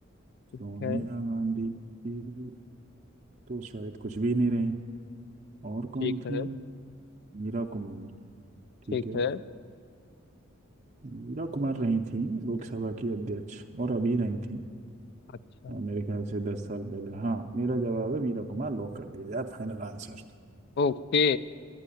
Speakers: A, on the right (about 35°); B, on the left (about 55°).
A: सोनिया
B: ठीक है
A: गांधी जी तो शायद कुछ भी नहीं रही और कौन
B: ठीक
A: थी
B: है
A: मीरा कुमार ठीक
B: ठीक
A: है
B: है
A: मीरा कुमार रही थी लोकसभा की अध्यक्ष और अभी रही थी
B: अच्छा
A: हाँ, मेरे ख्याल से दस साल पहले हाँ मेरा जवाब है मीरा कुमार लॉक कर दिया जाए फाइनल आंसर
B: ओके